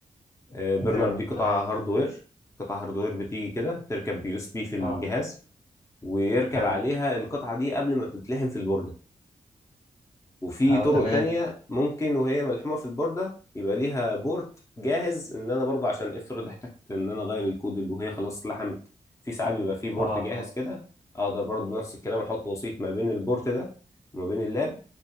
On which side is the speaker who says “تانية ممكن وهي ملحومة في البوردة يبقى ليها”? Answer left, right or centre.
Left